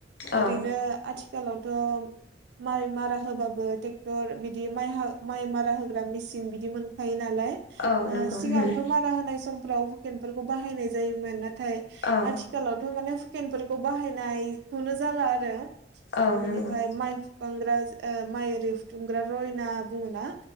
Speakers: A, on the right; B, on the left.
A: ओरैनो
B: औ
A: आथि आथिखालावथ माइ मारा होबाबो ट्रेक्टर। बिदि माइ- माइ मारा होग्रा मेसिन बिदि मोनखायो। नालाय
B: औ नंगौ
A: सिगांथ
B: मोनो
A: मारा होनाय समफ्राव। हुकेनफोरखौ बाहायनाय जायोमोन ना। नाथाय
B: औ
A: आथिखालावथ माने। हुकेन फोरखौ बाहायनायखौनो जाला आरो।
B: औ
A: बिनिफ्राय
B: नंगौ
A: माइ कंग्राज ओ माइरि दुमग्रा रयना बुङो ना।